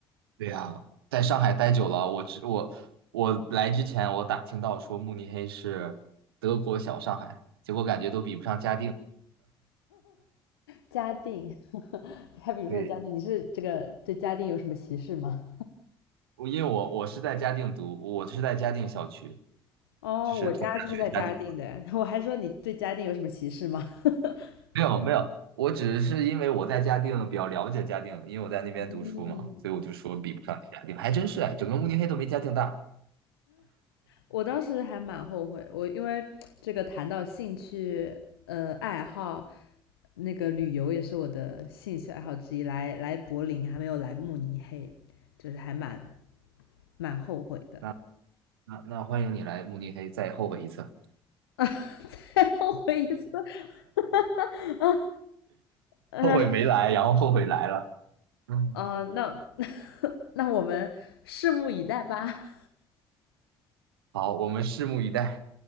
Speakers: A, on the right; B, on the left.
A: 对呀，在上海待久了，我知我我来之前我打听到说慕尼黑是德国小上海，结果感觉都比不上嘉定。
B: 嘉定，<laughs> 还比如说你嘉定，
A: 对，
B: 你是这个对嘉定有什么歧视吗？
A: 我因为我我是在嘉定读，我是在嘉定校区，
B: 哦，
A: 就是同济大学嘉定。
B: 我家就是在嘉定的，<laughs> 我还说你对嘉定有什么歧视吗？<laughs>
A: 没有没有，我只是因为我在嘉定比较了解嘉定，因为我在那边读书嘛，
B: 嗯，
A: 所以我就说比不上嘉定，还真是哎，整个慕尼黑都没嘉定大。
B: 我当时还蛮后悔，我因为这个谈到兴趣，呃，爱好，那个旅游也是我的兴趣爱好之一。来来柏林，还没有来慕尼黑，就是还蛮蛮后悔的，
A: 那那那欢迎你来慕尼黑，再后悔一次，
B: <laughs> 再后悔一次。<laughs> 啊，呃，
A: 后悔没来，然后后悔来了。嗯，
B: 哦、那 <laughs> 那我们拭目以待吧。
A: 好，我们拭目以待。